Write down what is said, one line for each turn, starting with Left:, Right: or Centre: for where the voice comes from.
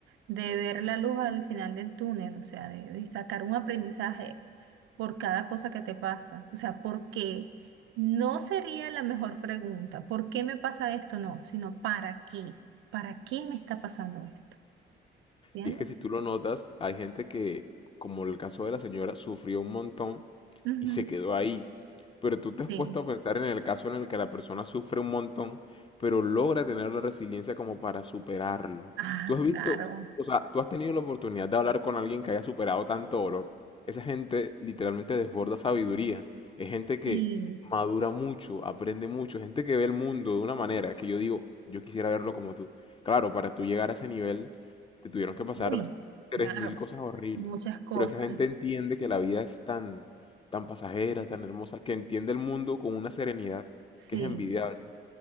Right: de ver la luz al final del túnel, o sea, de, de sacar un aprendizaje por cada cosa que te pasa. O sea, ¿por qué? No sería la mejor pregunta, ¿por qué me pasa esto? No, sino ¿para qué? ¿Para qué me está pasando esto? ¿Entiendes?
Left: Y es que si tú lo notas, hay gente que, como el caso de la señora, sufrió un montón
Right: Ujú,
Left: y se quedó ahí. Pero tú
Right: Sí.
Left: te has puesto a pensar en el caso en el que la persona sufre un montón, pero logra tener la resiliencia como para superarlo.
Right: Ah,
Left: Tú has
Right: claro.
Left: visto, o sea, tú has tenido la oportunidad de hablar con alguien que haya superado tanto dolor. Esa gente literalmente desborda sabiduría. Es gente que
Right: Sí.
Left: madura mucho, aprende mucho, gente que ve el mundo de una manera que yo digo, yo quisiera verlo como tú. Claro, para tú llegar a ese nivel, te tuvieron que pasar
Right: Uy,
Left: tres
Right: claro.
Left: mil cosas horribles.
Right: Muchas cosas.
Left: Pero esa gente entiende que la vida es tan tan pasajera, tan hermosa, que entiende el mundo con una serenidad
Right: Sí.
Left: que es envidiable.